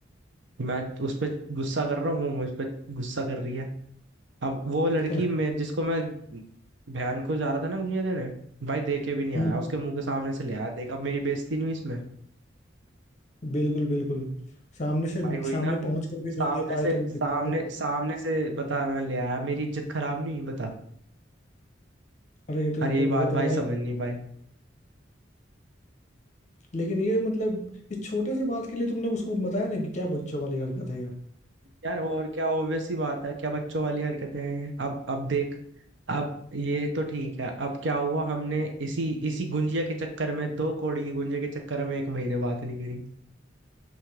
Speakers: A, on the right (about 75°); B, on the left (about 40°).
A: मैं उस पर गुस्सा कर रहा हूँ वो मुझ पर गुस्सा कर रही है अब वो
B: <laughs>
A: लड़की मैं जिसको मैं बहन को जा रहा था ना गुंजिया देने भाई दे के भी नहीं
B: हम्म,
A: आया उसके मुंह के सामने से ले आया देख अब मेरी बेइज्जती नहीं हुई इसमें
B: बिल्कुल बिल्कुल सामने से
A: भाई हुई
B: सामने
A: ना
B: पहुंच कर भी
A: सामने
B: नहीं दे पाए
A: से
B: तो
A: सामने
B: दिक्कत है।
A: सामने से बता मैं ले आया मेरी इज्जत खराब नहीं हुई बता
B: अरे ये तो
A: और यही
B: ब-
A: बात
B: बहुत ज्यादा
A: भाई समझ
B: ही
A: नहीं पाई
B: लेकिन ये मतलब इस छोटे से बात के लिए तुमने उसको बताया ना कि क्या बच्चों वाली हरकत है यार
A: यार और क्या ऑब्वियस सी बात है क्या बच्चों वाली हरकतें हैं अब अब देख अब ये तो ठीक है अब क्या हुआ हमने इसी इसी गुंजिया के चक्कर में दो कौड़ी की गुंजिया के चक्कर में एक महीने बात नहीं करी